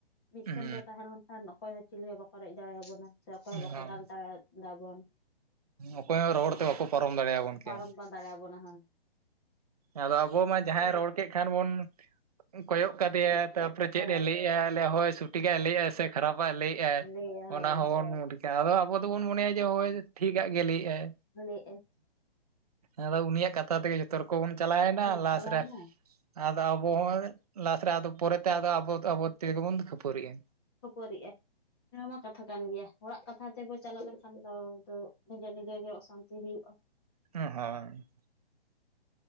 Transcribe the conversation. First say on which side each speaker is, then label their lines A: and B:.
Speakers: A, on the left (about 25°); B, on the right (about 40°).
A: ᱢᱤᱫᱴᱷᱮᱱ
B: ᱦᱩᱸ
A: ᱵᱚ ᱛᱟᱦᱮᱸᱱᱟ ᱢᱤᱫ ᱞᱮᱱᱠᱷᱟ ᱟᱨ ᱚᱠᱚᱭ ᱦᱚᱸ ᱪᱤᱞᱤ ᱦᱚᱸ ᱵᱟᱠᱚ ᱨᱮᱡ ᱫᱟᱲᱮ ᱟᱵᱚᱱᱟ ᱥᱮ ᱚᱠᱚᱭ ᱦᱚᱸ ᱵᱟᱠᱚ
B: ᱦᱳᱭ
A: ᱫᱟᱞ ᱫᱟᱲᱮ ᱫᱟᱵᱚᱱ
B: ᱚᱠᱚᱭ ᱦᱚᱸ ᱨᱚᱲ ᱛᱮ ᱵᱟᱠᱚ ᱯᱟᱨᱚᱢ ᱫᱟᱲᱮᱭᱟᱵᱚᱱ ᱠᱮ
A: ᱯᱟᱨᱚᱢ ᱵᱟᱝ ᱫᱟᱲᱮᱭᱟᱵᱚᱱᱟ ᱦᱮᱸ
B: ᱟᱫᱚ ᱟᱵᱚ ᱡᱟᱸᱦᱟᱭ ᱨᱚᱲ ᱠᱮᱫ ᱠᱷᱟᱱ ᱵᱚᱱ ᱠᱚᱭᱚᱜ ᱠᱟᱫᱮᱭᱟ ᱛᱟᱯᱚᱨᱮ ᱪᱮᱫ
A: ᱦᱳᱭ
B: ᱮ ᱞᱟᱹᱭ ᱮ-ᱟ ᱦᱚᱭ ᱥᱚᱴᱤᱠᱮ ᱞᱟᱹᱭ ᱮᱜ-ᱟ ᱥᱮ ᱠᱷᱟᱨᱟᱯᱟᱭ ᱞᱟᱹᱭ ᱮᱜᱟᱭ
A: ᱞᱟᱹᱭᱟ ᱦᱳᱭ
B: ᱚᱱᱟ ᱦᱚᱸᱵᱚᱱ ᱟᱫᱚ ᱟᱵᱚ ᱫᱚᱵᱚᱱ ᱢᱚᱱᱮᱭᱟ ᱡᱮ ᱦᱚᱭ ᱴᱷᱤᱠ ᱟᱜ ᱜᱮ ᱞᱟᱹᱭᱮᱜ ᱟᱭ
A: ᱢᱟᱱᱮ ᱮ ᱟᱭ᱾
B: ᱟᱫᱚ ᱩᱱᱤᱭᱟᱜ ᱠᱟᱛᱷᱟ ᱛᱮᱜᱮ ᱡᱚᱛᱚ ᱨᱚᱠᱚᱢ ᱵᱚᱱ ᱪᱟᱞᱟᱣᱮᱱᱟ
A: ᱚᱠᱚᱭ
B: ᱞᱟᱥ
A: ᱪᱟᱞᱟᱣᱮᱱᱟ
B: ᱨᱮ ᱟᱫᱚ ᱯᱚᱭ ᱞᱟᱥ ᱨᱮ ᱟᱫᱚ ᱯᱚᱨᱮᱛᱮ ᱟᱫᱚ ᱟᱵᱚ ᱟᱵᱚ ᱛᱮᱜᱮᱵᱚᱱ ᱠᱷᱟᱹᱯᱟᱹᱨᱤᱜ-ᱟ᱾
A: ᱠᱷᱟᱹᱯᱟᱹᱨᱤᱜ-ᱟ ᱱᱚᱣᱟᱢᱟ ᱠᱟᱛᱷᱟ ᱠᱟᱱ ᱜᱮᱭᱟ ᱦᱚᱲᱟᱜ ᱠᱟᱛᱷᱟ ᱛᱮᱵᱚ ᱪᱟᱞᱟᱣ ᱞᱮᱱᱠᱷᱟᱱ ᱫᱚ ᱟᱫᱚ ᱱᱤᱡᱮ ᱱᱤᱡᱮ ᱜᱮ ᱚᱥᱟᱱᱛᱤ ᱦᱩᱭᱩᱜ-ᱟ᱾
B: ᱦᱩᱸ ᱦᱚᱭ